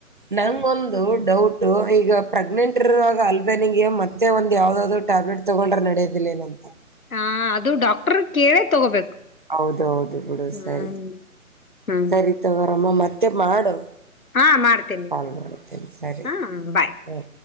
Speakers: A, on the right; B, on the left.
A: ನಂಗ ಒಂದು ಡೌಟ್ ಈಗ ಪ್ರೆಗ್ನೆಂಟ್ ಇರುವಾಗ ಅಲ್ಬೇನಿಗೆ ಮತ್ತೆ ಒಂದ ಯಾವ್ದಾದ ಟ್ಯಾಬ್ಲೆಟ್ ತಗೊಂಡ್ರೆ ನಡೆಯದಿಲ್ಲ ನಂತ
B: ಹಾ ಅದು ಡಾಕ್ಟರ್ ಕೇಳೇ ತಗೋಬೇಕು
A: ಹೌದೌದು ಬಿುಡು
B: ಹ್ಮ್
A: ಸರಿ
B: ಹ್ಮ್.
A: ಸರಿ ತಗೋರಮ್ಮ ಮತ್ತೆ ಮಾಡು
B: ಹಾ ಮಾಡ್ತೇನಿ
A: ಕಾಲ್ ಮಾಡ್ತೇನೆ ಸರಿ
B: ಹಾ ಬಾಯ್
A: ಹ್ಮ